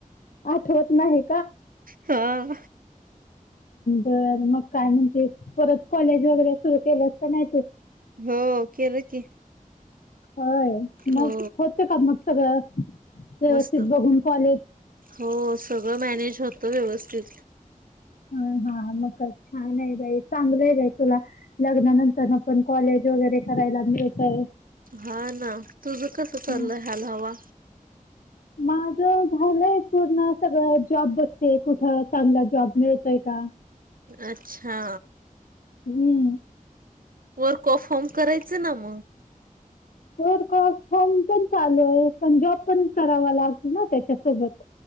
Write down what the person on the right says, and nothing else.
हा...
हो केलं की...
हो
मस्त
हो सगळं मॅनेज होतं व्यवस्थित...
हा ना तुझं कसं चाललंय
हाल हवा
अच्छा...
वर्क ऑफ होम करायचं ना मग..